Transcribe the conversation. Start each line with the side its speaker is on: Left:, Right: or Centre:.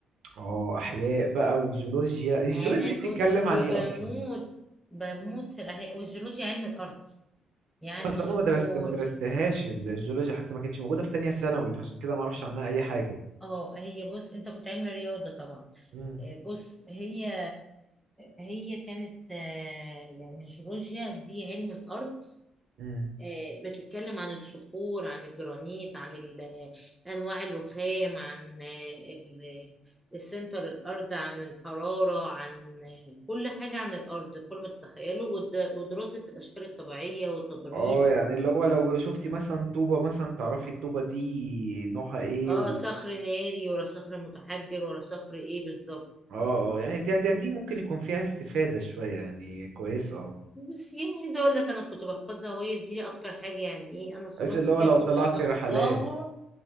Right: اه احياء بقى وجيولوجيا الجيولوجيا
Centre: انا
Right: دي بتتكلم
Centre: كنت بموت
Right: عن ايه اصلا
Centre: بموت في الاحياء والجيولوجيا علم الارض يعني
Right: اصل
Centre: الصخور
Right: انا ما درست ما درستهاش الجيولوجيا حتى ما كانتش موجوده في تانية ثانوي فعشان كده ما اعرفش عنها اي حاجه
Centre: اه هي بص انت كنت علمي رياضه طبعا
Right: امم
Centre: إيه بص هي هي كانت آه، يعني الجيولوجيا دي علم الارض
Right: امم
Centre: آه، بتتكلم عن الصخور عن الجرانيت عن ال- انواع الرخام عن آه، ال- السنتر الارض عن الحراره عن آه، كل حاجه عن الارض كل ما تتخيله والد- ودراسه الاشكال الطبيعيه والتضاريس
Right: اه يعني
Centre: وال...
Right: اللي هو لو شفتي مثلا طوبه مثلا تعرفي الطوبه دي نوعها ايه
Centre: اه
Right: و...
Centre: صخر ناري ولا صخر متحجر ولا صخر ايه بالظبط
Right: اه اه يعني دي, دي دي ممكن يكون فيها استفاده شويه يعني كويس اه
Centre: بس يعني عايزه اقول لك انا كنت بحفظها وهي دي اكتر حاجه يعني ايه انا صدمت
Right: بس اللي
Centre: فيها
Right: هو لو
Centre: كنت
Right: طلعتي
Centre: حافظاها
Right: رحلات